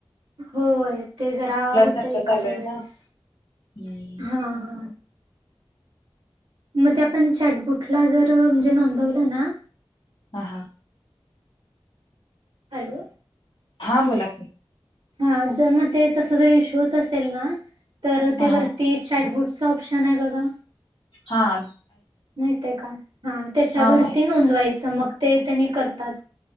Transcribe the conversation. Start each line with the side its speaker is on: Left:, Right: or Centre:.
Right: होय ते जरा होत
Left: चर्चा
Right: एखाद्या
Left: चालू आहे
Right: वेळेस
Left: ना हम्म.
Right: हा हा. मग ते आपण ॅटबुटला जर म्हणजे नोंदवलं ना.
Left: हा हां
Right: हॅलो
Left: हा बोलात मी
Right: हा जर मग ते तस जर इशू होत असेल ना तर ते
Left: हां, हां.
Right: वरती चॅटबुट ऑप्शन आहे बघा.
Left: हा
Right: माहितय का हा त्याच्यावररती
Left: हां, माहिती.
Right: नोंदवायचं मग ते त्यांनी करतात.